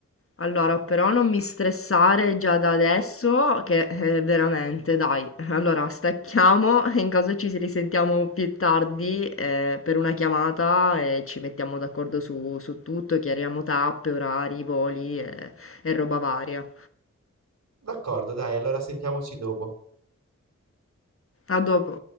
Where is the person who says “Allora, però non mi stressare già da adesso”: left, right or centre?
Left